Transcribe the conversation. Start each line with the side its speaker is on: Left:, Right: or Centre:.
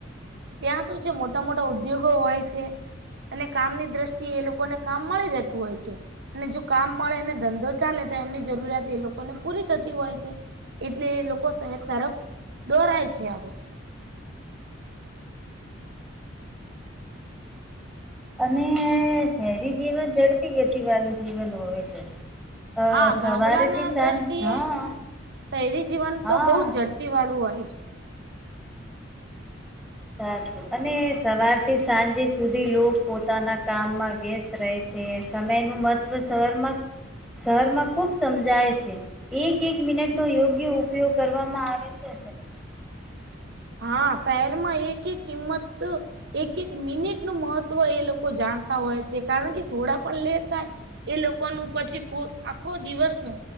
Right: ત્યાં શું છે? મોટા-મોટા ઉદ્યોગો હોય છે. અને કામની દ્રષ્ટિએ, એ લોકોને કામ મળી રહેતું હોય છે. અને જો કામ મળે ને, ધંધો ચાલે તો, એમની જરૂરિયાત એ લોકોને પૂરી થતી હોય છે. એટલે લોકો શહેર તરફ દોરાય છે હવે.
Centre: અને શહેરી જીવન વાળું જીવન હોય છે. અ
Right: હા, ગામડા
Centre: સવારેથી
Right: ના
Centre: સાંજ
Right: દ્રષ્ટિએ
Centre: હા
Right: શહેરી જીવન
Centre: હા
Right: તો બહુ ઝડપી પીવાળું
Centre: સા અને સવાર થી સાંજે સુધી લોકો પોતાના કામમાં વ્યસ્ત રહે. જે સમયનું મહત્ત્વ શેરમાં શહેરમાં ખૂબ સમજાય છે. એક મિનટ નો યોગ્ય ઉપયોગ કરવામાં આવે છે.
Right: હા, શહેરમાં એક-એક કિંમત એક-એક મિનિટ નું મહત્ત્વ, એ લોકો જાણતા હોય છે, કારણ કે થોડા પણ લેટ થાય. એ લોકો નું પછી આખો દિવસ ન